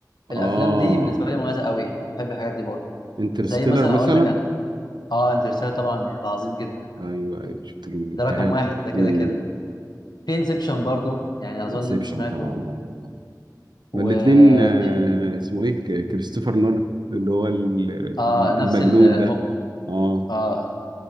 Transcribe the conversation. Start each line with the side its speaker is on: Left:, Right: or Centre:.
Left: الافلام
Right: اه
Left: دي بالنسبه لي مميزه قوي يعني بحب الحاجات دي برضه
Right: انترستيلر
Left: زي مثلا
Right: مثلا
Left: اقول لك انا اه انترستيلر طبعا يعني ده عظيم جدا
Right: ايوه ايوه شفت جبتها
Left: ده رقم واحد
Right: لي
Left: ده كده
Right: امم
Left: كده في انسبشن برضه يعني اظن
Right: انسبشن
Left: انت سمعته
Right: طبعا اه آه.
Left: وفي
Right: ما الاتنين آه، اسمه ايه ك- كريستوفر نولان اللي هو ال-
Left: اه نفس
Right: المجنون
Left: المخرج
Right: ده اه
Left: اه